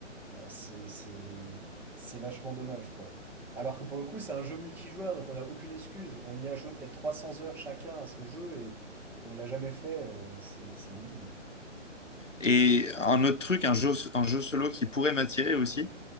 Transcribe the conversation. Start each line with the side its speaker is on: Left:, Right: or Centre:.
Centre: Euh, c'est c'est- c'est vachement dommage, quoi. Alors que pour le coup, c'est un jeu multijoueur, donc on n'a aucune excuse. On y a joué peut-être 300 heures chacun à ce jeu, et, et on l'a jamais fait. euh, c'est c'est débile.
Left: Et un autre truc, un jeu, un jeu solo qui pourrait m'attirer aussi,